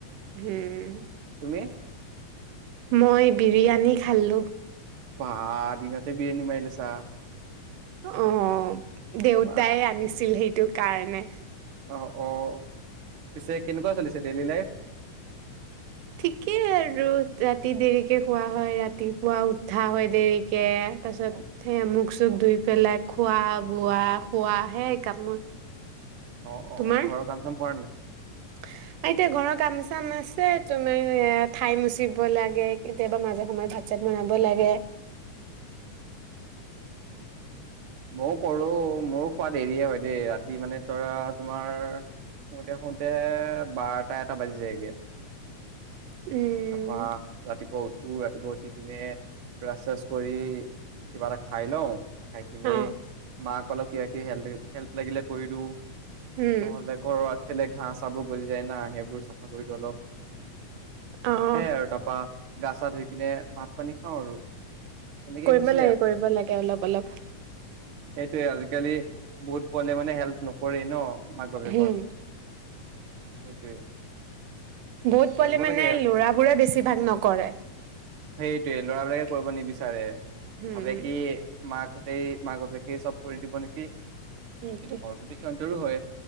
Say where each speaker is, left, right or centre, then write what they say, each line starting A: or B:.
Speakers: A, on the right (about 85°); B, on the right (about 60°).
A: উম,
B: তুমি?
A: মই বিৰিয়ানী খালোঁ।
B: বা, দিনতে বিৰিয়ানী মাৰি লৈছা।
A: অ', দেউতাই
B: বা
A: আনিছিল সেইটো। কাৰণে।
B: অ', অ', পিছে কেনেকুৱা চলিছে ডেইলি লাইফ?
A: ঠিকেই আৰু ৰাতি দেৰিকে খোৱা হয়, ৰাতিপুৱা উঠা হয় দেৰিকে, তাৰপিছত সেই মুখ চুখ ধুই পেলাই, খোৱা বোৱা শোৱা, সেইয়াই কাম মোৰ।
B: অ' অ'
A: তোমাৰ?
B: ঘৰৰ কাম চাম কৰা নাই?
A: এতিয়া ঘৰৰ কাম চাম আছে, তোমাৰ এ ঠাই মচিব লাগে, কেতিয়াবা মাজে সময়ে ভাত চাত বনাব লাগে।
B: ময়ো কৰো, মোৰো খোৱা দেৰিয়ে হয় দেই, ৰাতি মানে ধৰা তোমাৰ শুতে শুতে বাৰটা এটা বাজি যায়গে।
A: উম,
B: তা পা ৰাতি উঠো, ৰাতিপুৱা উঠি কিনে ব্ৰাছ চাছ কৰি কিবা এটা খাই লওঁ। খাই কিনে,
A: অ',
B: মাক সকলক কি কি হেল্প, হেল্প লাগিলে কৰি দিওঁ।
A: উম,
B: নহ'লে ঘৰৰ আ ফালে ঘাঁহ চাহবোৰ গজি যায় না, সেইবোৰ চাফা কৰি দিওঁ অলপ।
A: অ',
B: সেই আৰু টাপা গা চা ধুই কিনে, ভাত পানী খাওঁ আৰু। তেনেকেই
A: কৰিব
B: গুচি
A: লাগে, কৰিব লাগে, অলপ অলপ।
B: সেইটোৱে, আজিকালি বহুত পলে মে হেল্প ন কৰে ন'। মাক বাপেকৰ
A: হম,
B: সেইটোয়ে
A: বহুত পোৱালি
B: কৰিব
A: মানে
B: লাগে
A: ল'ৰাবোৰে বেছি বেছিভাগ নকৰে।
B: সেইটোৱে ল'ৰাবিলাকে কৰিব নিবিচাৰে।
A: হুম,
B: ভাবে
A: উম,
B: কি মাকহ'তেই মাক বাপেকে চব কৰি দিব নেকি। কিন্তু
A: সেইটোৱে,
B: ঘৰটোটো সি ৰো হয়।